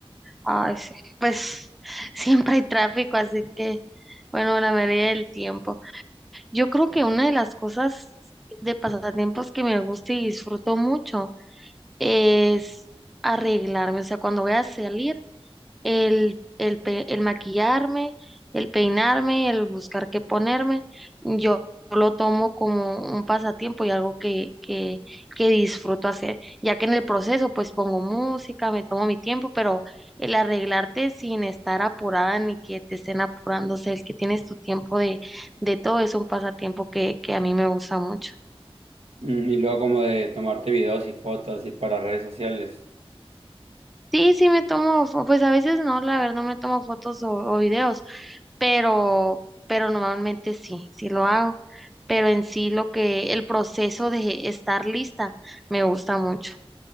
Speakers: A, in the centre; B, on the right.
A: Ay, sí. Pues <laughs> siempre hay tráfico, así que, bueno, la mayoría del tiempo. Yo creo que una de las cosas de pasatiempos que me gusta y disfruto mucho es arreglarme. O sea, cuando voy a salir, el, el, pe- el maquillarme, el peinarme, el buscar qué ponerme, yo lo tomo como un pasatiempo y algo que, que, que disfruto hacer, ya que en el proceso pues pongo música, me tomo mi tiempo, pero el arreglarte sin estar apurada ni que te estén apurándose, el que tienes tu tiempo de, de todo es un pasatiempo que, que a mí me gusta mucho.
B: Mm, Y luego como de tomarte videos y fotos y para redes sociales.
A: Sí, sí me tomo, fo- pues a veces no, la verdad no me tomo fotos o, o videos, pero, pero normalmente sí, sí lo hago. Pero en sí lo que, el proceso de estar lista me gusta mucho.